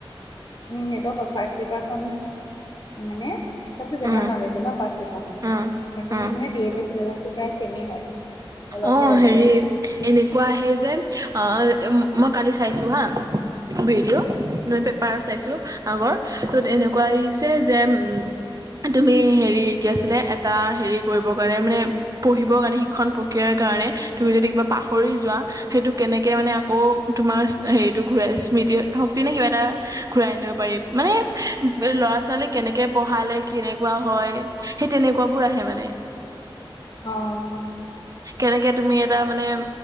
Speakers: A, on the left; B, on the right.
A: উম নেটৰ ফাৰ্ষ্ট পেপাৰখন মানে। চবতো জেনেৰেল
B: অ
A: ন'লেজে ন' ফাৰ্ষ্ট পেপাৰখন
B: অ
A: সেইখনি
B: অ
A: মানে বি এডৰ চিলেবাচ। দুটাই চে মেই হয়। অলপহে
B: অ',
A: বেলেগ
B: হেৰিত এনেকুৱা আহে যে। অ', মই কালি চাইছো হা। ভিডিঅ' নহয় পেপাৰ চাইছোঁ। আগৰ তত এনেকুৱা আহিছে যে উম তুমি হেৰি কি আছিলে এটা হেৰি কৰিবৰ কাৰণে মানে পঢ়িবৰ কাৰণে শিক। শিক্ষণ প্ৰক্ৰিয়াৰ কাৰণে তুমি যদি কিবা পাহৰি যোৱা, সেইটো কেনেকে মানে আকৌ তোমাৰ হেৰিটো ঘূৰাই স্মৃতি শক্তি নে কিবা এটা ঘূৰাই আনিব পাৰি নে। মানে, ল'ৰা-ছোৱালী কেনেকে পঢ়ালে কেনেকুৱা হয়, সেই তেনেকুৱাবোৰ আহে মানে।
A: অ অ
B: কেনেকে? তুমি এটা মানে।